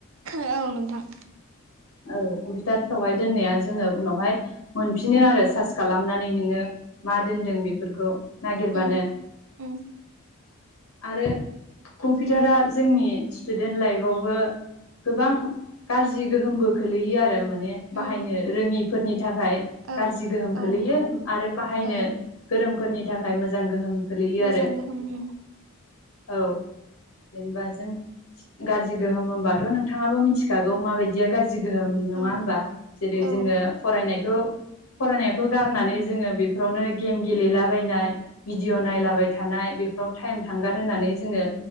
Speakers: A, on the right; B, on the left.
A: औ नोंथां
B: औ कम्पिउटारफोरावहाय दोननाया जोङो उनावहाय मोनफिनो आरो सार्स खालामनानै नोङो मा दोनदों बेफोरखौ नागिरबानो
A: उम उम
B: आरो कम्पिउटारा जोंनि स्टुडेन्ट लाइफआवबो गोबां गाज्रि गोहोमबो खोलैयो आरो माने बाहायनो
A: उम
B: रोङिफोरनि थाखाय
A: औ
B: गाज्रि गोहोम
A: औ
B: खोलैयो आरो बाहायनो
A: ओ
B: गोरोंफोरनि थाखाय मोजां गोहोम खोलैयो
A: मोजां
B: आरो
A: गोहोम उम
B: औ जेनेबा जों गाज्रि गोहोम होनबाथ' नोंथाङाबो मिथिखागौ माबायदिया गाज्रि गोहोम नङा
A: औ
B: होमबा जेरै
A: औ
B: जोङो फरायनायखौ फरायनायखौ गारनानै जोङो बेफोरावनो गेम गेलेलाबायनाय भिडिअ' नायलाबाय थानाय बेफोराव टाइम थांगार होननानै जोङो